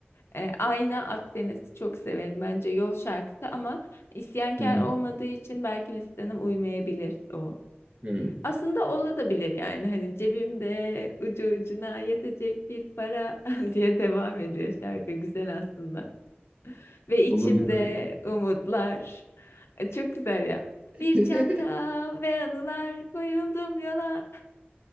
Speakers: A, on the left; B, on the right.
A: e, Ayna Akdeniz'i çok severim. Bence yol şarkısı ama isyankar
B: Hı hı.
A: olmadığı için belki listene uymayabilir o.
B: Hı.
A: Aslında olabilir yani hani cebimde ucu ucuna yetecek bir para <laughs> diye devam ediyor şarkı güzel aslında. Ve içimde
B: Olabilir o da.
A: umutlar. E, Çok güzel ya.
B: <laughs>
A: Bir çanta ve anılar koyuldum yola.